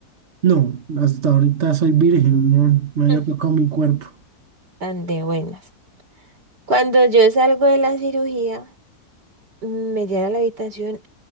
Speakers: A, on the right (about 45°); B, on the right (about 85°).
A: No, hasta ahorita soy virgen, no, no había
B: Mm.
A: tocado mi cuerpo.
B: Tan de buenas. Cuando yo salgo de la cirugía, me llevé a la habitación